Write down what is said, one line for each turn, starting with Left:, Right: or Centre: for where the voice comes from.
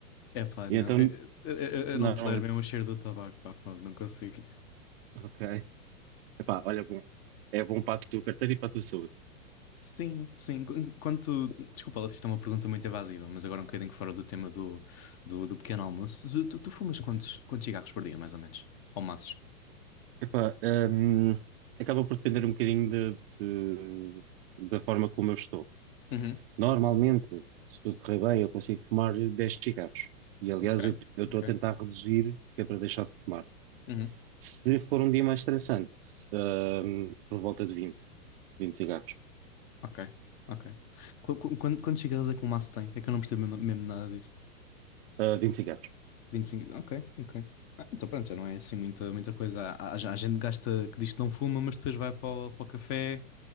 Left: É pá, não,
Right: E então,
Left: eu, eu, eu-
Right: normalmente,
Left: eu não tolero mesmo o cheiro do tabaco, pá, fogo, não consigo.
Right: ok. Epá, olha, bom. É bom para a tua carteira e para a tua saúde.
Left: Sim, sim. Qu- Enquanto. Desculpa, lá, isto é uma pergunta muito evasiva, mas agora um bocadinho fora do tema do, do, do pequeno almoço. Tu, tu, tu fumas quantos, quantos cigarros por dia, mais ou menos? Ou maços?
Right: Epá, hum, acaba por depender um bocadinho de- de- da forma como eu estou.
Left: Uhum,
Right: Normalmente, se tudo correr bem, eu consigo fumar 10 cigarros. E aliás,
Left: ok,
Right: eu eu
Left: ok.
Right: estou a tentar reduzir, que é para deixar de fumar.
Left: Uhum,
Right: Se for um dia mais estressante, hum, por volta de vinte, vinte cigarros.
Left: ok, ok. Qu- qu- Quando, quantos cigarros é que um maço tem? É que eu não percebo mesmo, mesmo nada disso.
Right: Ah, 20 cigarros.
Left: vinte e cinco ok, ok. Ah, então pronto, já não é assim muita, muita coisa. Há, há- há gente que gasta, que diz que não fuma, mas depois vai para o, para o café